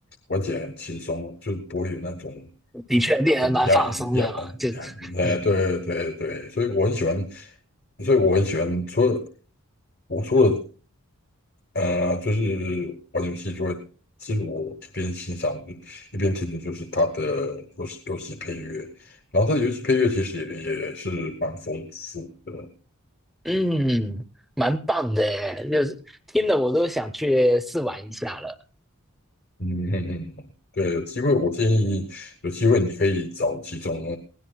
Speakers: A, on the left; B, in the centre.
A: 玩起来很轻松啊，就不会有那种
B: 的确令人蛮放松的嘛，
A: 很压抑压很
B: 就
A: 哎，
B: 嗯
A: 对对对，所以我很喜欢，所以我很喜欢，除了我除了呃，就是玩游戏就会，其实我一边欣赏一边听的就是它的游戏游戏配乐，然后它的游戏配乐其实也也是蛮丰富的。
B: 嗯，蛮棒的耶，就是听了我都想去试玩一下了。
A: 嗯嗯嗯，对，有机会我建议有机会你可以找其中